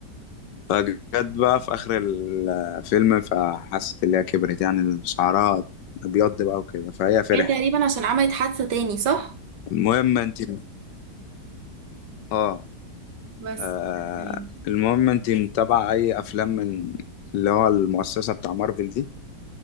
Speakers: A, on the left (about 85°); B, on the right (about 75°).
A: فجت بقى في آخر الفيلم فحست اللي هي كبرت يعني شعرها أبيض بقى وكده فهي فرحت
B: هي تقريبا عشان عملت حادثه تاني صح
A: المهم انت اه
B: بس
A: آه،
B: أيوة.
A: المهم انت متابعة أي أفلام من اللي هو المؤسسة بتاع مارفل دي